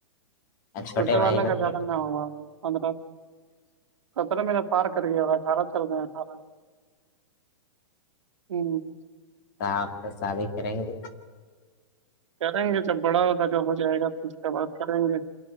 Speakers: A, on the left; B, on the right.
A: اور
B: چھوٹے
A: بھائی
B: والا
A: لوگ
B: کا زدہ
A: کے
B: نہ ہوگا پندرہ کترہ میں نے پار کر گیا ہوا اٹھارہ چل رہے ہیں اٹھارہ ہمم
A: تو آپ تو سارے ہی کریں گے
B: کریں گے جب بڑا ہو تا ہو جائے گا تو اس کے بعد کریں گے